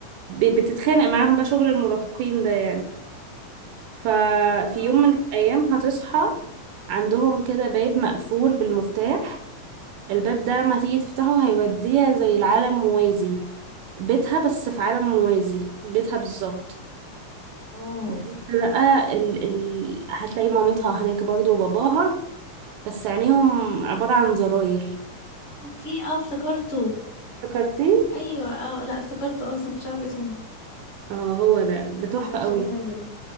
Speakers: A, on the right; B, on the left.
A: ب- بتتخانق معاهم بقى شغل المراهقين ده يعني ففي
B: اه
A: يوم من الأيام هتصحى عندهم كده باب مقفول بالمفتاح الباب ده لما تيجي تفتحه هيوديها زي العالم موازي بيتها بس في عالم موازي بيتها بالظبط
B: اوه
A: بس بقى ال... ال... هتلاقي مامتها هناك برضو وباباها بس عينيهم عبارة عن زراير
B: اوكي اه افتكرته
A: فكرتي؟
B: ايوه اه لا افتكرته اه بس ما كنتش عارفه اسمه
A: اه هو ده ده
B: ده,
A: تحفة
B: ده شيء
A: قوي
B: مرعب جدا